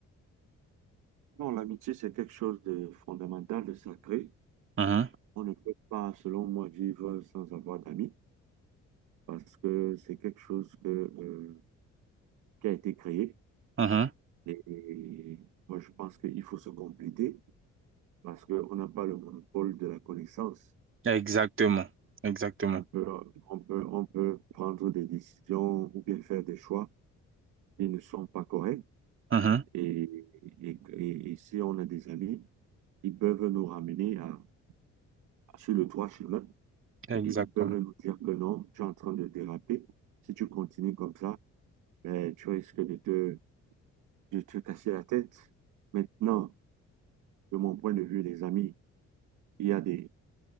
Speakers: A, on the right; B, on the right.
A: Non, l'amitié, c'est quelque chose de fondamental, de sacré.
B: Mhm,
A: On ne peut pas, selon moi, vivre sans avoir d'amis parce que c'est quelque chose que, euh, qui a été créé.
B: mhm.
A: Et moi, je pense qu'il faut se compléter parce qu'on n'a pas le monopole de la connaissance.
B: Exactement. Exactement.
A: On peut, on peut, on peut prendre des décisions ou bien faire des choix ils ne sont pas corrects.
B: Mhm,
A: Et, et, et- et si on a des amis, ils peuvent nous ramener à, à, sur le droit chemin
B: Exactement.
A: et ils peuvent nous dire que non, tu es en train de déraper. Si tu continues comme ça, ben, tu risques de te, de te casser la tête. Maintenant, de mon point de vue, les amis, il y a des,